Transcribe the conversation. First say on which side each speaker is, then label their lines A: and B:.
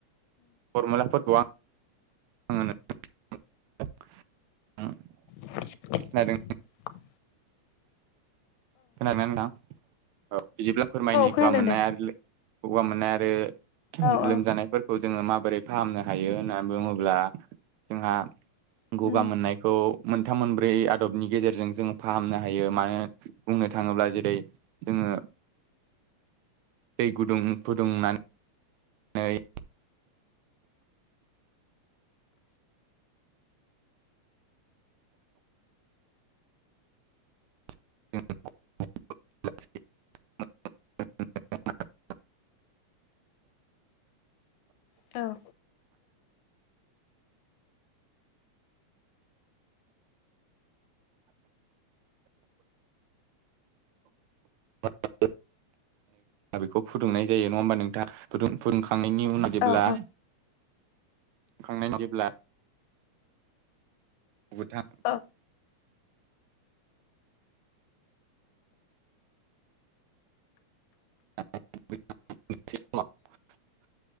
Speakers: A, on the right; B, on the left.
A: फरमुलाफोरखौ आं <unintelligible>
B: <inaudible>
A: खोनादों खोनादोंना नोंथां औ बिदिब्ला फोरमायनि
B: खोनादों
A: गगा मोननाय
B: दे
A: आरो गगा मोननाय आरो
B: औ औ
A: लोमजानायफोरखौ जोङो माबोरै फाहामनो हायो होननानै बुङोब्ला जोंहा गगा
B: उम,
A: मोननायखौ मोनथाम मोनब्रै आदबनि गेजेरजों जों फाहामनो हायो मानो बुंनो थाङोब्ला जेरै जोङो दै गुदुं फुदुंना नै <unintelligible> <unintelligible>
B: औ
A: <unintelligible> बेखौ फुदुंनाय जायो नङा होमबा नोंथाङा फुुदुं फुदुंखा खांनायनि उनाव जेब्ला
B: औ औ
A: खांनायनि जेब्ला गोथां
B: औ
A: <unintelligible>